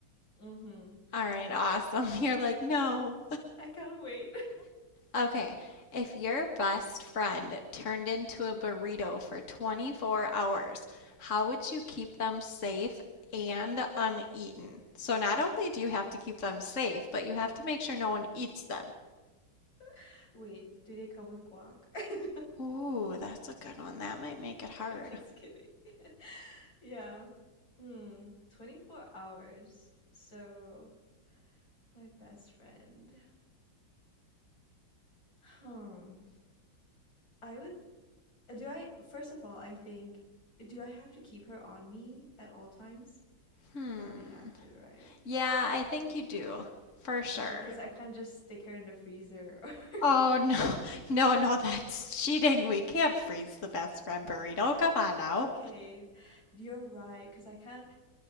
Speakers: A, on the left; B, on the left.
A: Mm-hmm.
B: All right, awesome. <laughs> You're like, no.
A: I can't wait.
B: Okay, if your best friend turned into a burrito for 24 hours, how would you keep them safe and uneaten? So not only do you have to keep them safe, but you have to make sure no one eats them.
A: <laughs> Wait, do they come with guac? <laughs>
B: Ooh, that's a good one. That might make it hard.
A: I'm just kidding. <laughs> Yeah. Hmm. 24 hours. So, my best friend. Hmm. I would Uh, Do I, first of all, I think, do I have to keep her on me at all times?
B: Hmm.
A: Probably have to, right?
B: Yeah, I think you do. For sure.
A: Okay, because I can't just stick her in the freezer. <laughs>
B: Oh, no. <laughs> No, no, that's cheating. We can't freeze the best friend burrito. Come on now.
A: Okay, you're right, because I can't